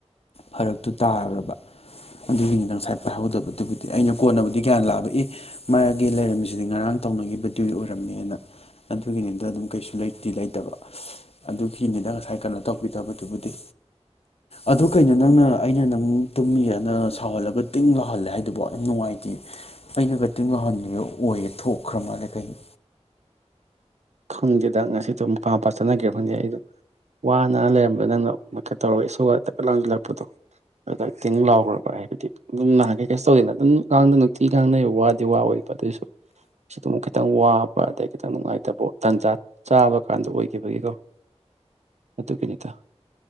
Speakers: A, on the left; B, on the right.
A: ꯐꯔꯛꯇꯨ ꯇꯥꯒ꯭ꯔꯕ ꯑꯗꯨꯒꯤꯅꯤꯗ ꯉꯁꯥꯏ ꯄꯥꯏꯍꯧꯗꯕꯗꯨꯕꯨꯗꯤ ꯑꯩꯅ ꯀꯣꯟꯕꯨꯗꯤ ꯒ꯭ꯌꯥꯟ ꯂꯥꯛꯑꯕ ꯏ ꯃꯥꯒꯤ ꯂꯩꯔꯝꯃꯤꯁꯤꯗꯤ ꯉꯔꯥꯡ ꯇꯧꯅꯒꯤꯕꯗꯨꯒꯤ ꯑꯣꯏꯔꯝꯅꯦꯅ ꯑꯗꯨꯒꯤꯅꯤꯗ ꯑꯗꯨꯝ ꯀꯩꯁꯨ ꯂꯩꯇꯤ ꯂꯩꯇꯕ ꯑꯗꯨꯒꯤꯅꯤꯗ ꯉꯁꯥꯏ ꯀꯩꯅꯣ ꯇꯧꯕꯤꯗꯕꯗꯨꯕꯨꯗꯤ ꯑꯗꯨ ꯀꯩꯅꯣ ꯅꯪꯅ ꯑꯩꯅ ꯅꯪ ꯇꯨꯝꯃꯤꯔꯅ ꯁꯥꯎꯍꯜꯂꯒ ꯇꯤꯡ ꯂꯥꯎꯍꯜꯂꯦ ꯍꯥꯏꯗꯨꯕꯣ ꯌꯥꯝ ꯅꯨꯡꯉꯥꯏꯇꯦ ꯑꯩꯅꯒ ꯇꯤꯡ ꯂꯥꯎꯍꯟꯕꯤꯕ ꯑꯣꯏꯌꯦ ꯊꯣꯛꯈ꯭ꯔ ꯃꯥꯜꯂꯦ ꯀꯩꯅꯣ
B: ꯈꯪꯗꯦꯗꯪ ꯉꯁꯤꯗꯣ ꯃꯄꯥ ꯃꯄꯥ ꯆꯠꯅꯒꯦ ꯈꯪꯗꯦ ꯑꯩꯗꯣ ꯋꯥꯅ ꯂꯩꯔꯝꯕ ꯅꯪꯅ ꯃꯨꯠꯀ ꯇꯧꯔꯒ ꯏꯁꯧꯒ ꯇꯛꯀ ꯂꯪꯁꯤꯜꯂꯛꯄꯗꯣ ꯑꯗꯨꯗ ꯇꯤꯡ ꯂꯥꯎꯈ꯭ꯔꯕ ꯍꯥꯏꯕꯗꯤ ꯑꯗꯨꯝ ꯅꯍꯥꯟꯒꯩ ꯀꯩꯁꯨ ꯇꯧꯗꯦꯅ ꯑꯗꯨꯝ ꯉꯥꯡꯗ ꯅꯨꯡꯇꯤ ꯉꯥꯡꯅ ꯋꯥꯗꯤ ꯋꯥ ꯑꯣꯏꯕ ꯑꯗꯨꯏꯁꯨ ꯁꯤꯗꯨꯝ ꯈꯤꯇꯪ ꯋꯥꯕ ꯑꯗꯩ ꯈꯤꯇꯪ ꯅꯨꯡꯉꯥꯏꯇꯕ ꯇꯟꯖꯥ ꯆꯥꯕ ꯀꯥꯟꯗ ꯑꯣꯏꯈꯤꯕꯒꯤꯀꯣ ꯑꯗꯨꯒꯤꯅꯤꯗ